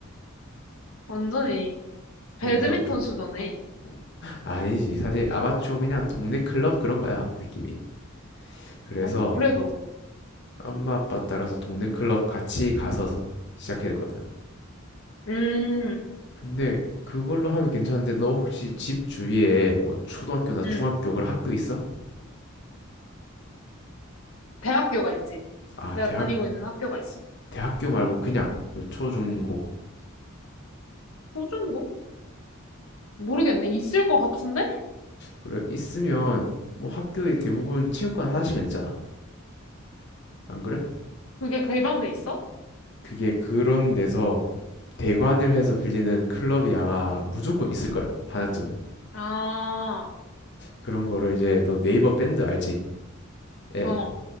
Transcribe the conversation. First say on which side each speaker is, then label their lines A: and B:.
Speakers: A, on the left (about 80°); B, on the left (about 60°).
A: 완전히 배드민턴
B: 그래서
A: 수준에.
B: 아니지. 사실 아마추어 그냥 동네 클럽 그런 거야, 느낌이. 그래서
A: 어, 그래도.
B: 엄마 아빠 따라서 동네 클럽 같이 가서 시작했거든.
A: 음,
B: 근데 그걸로 하면 괜찮은데 너 혹시 집 주위에 뭐 초등학교나 중학교
A: 음.
B: 그런 학교 있어?
A: 대학교가 있지.
B: 아,
A: 내가
B: 대학
A: 다니고 있는 학교가 있어.
B: 대학교 말고 그냥 그 초중고.
A: 호주인가? 모르겠네. 있을 것 같은데?
B: 그래 있으면 뭐 학교에 대부분 체육관 하나씩은 있잖아. 안 그래?
A: 그게 개방돼 있어?
B: 그게 그런 데서 대관을 해서 빌리는 클럽이 아마 무조건 있을 거야. 하나쯤은.
A: 아,
B: 그런 거를 이제 너 네이버 밴드 알지? 앱.
A: 어.